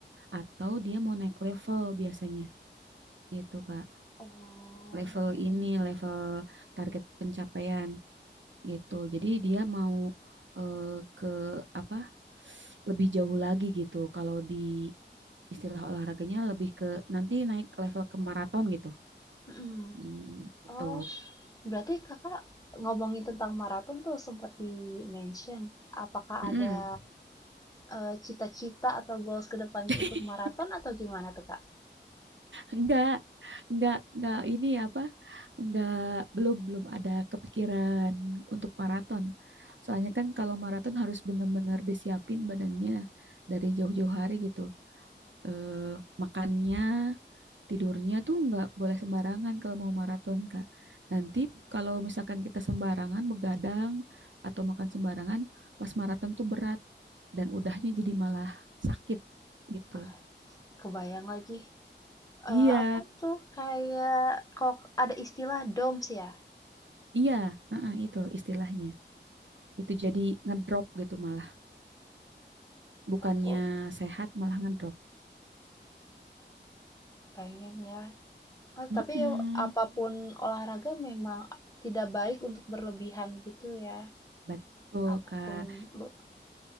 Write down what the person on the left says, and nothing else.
Oh,
Mhm.
oh, berarti Kakak ngomongin tentang maraton tuh sempat di-mention. Apakah
ada eh, cita-cita atau goals ke depannya
ikut maraton atau gimana tuh Kak?
Ah, kebayang lagi.
Eh, apa tuh kayak kok ada istilah DOMS ya?
Aku
pengen ya. Oh,
tapi apapun olahraga memang tidak baik untuk berlebihan gitu ya.
Apapun
lo-